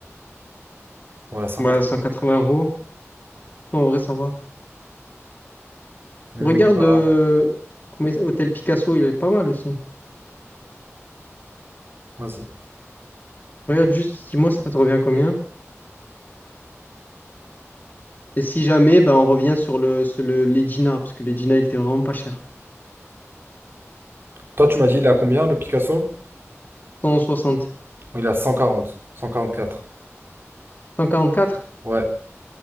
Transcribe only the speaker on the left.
Ouais, 180 euros. En vrai, ça va.
Regarde,
euh, comment il s'appelle, Hôtel Picasso, il est pas mal aussi.
Regarde juste, dis-moi, ça te revient à combien? Et si jamais, ben, on revient sur le, sur le l'Egina, parce que l'Egina, il était vraiment pas cher.
cent soixante.
cent quarante-quatre.